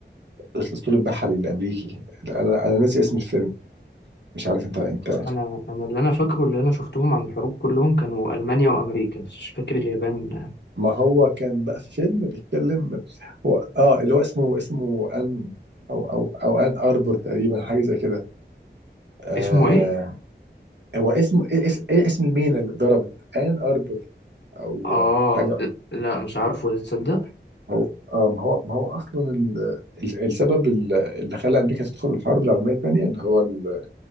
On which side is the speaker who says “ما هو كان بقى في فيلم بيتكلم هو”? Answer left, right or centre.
Right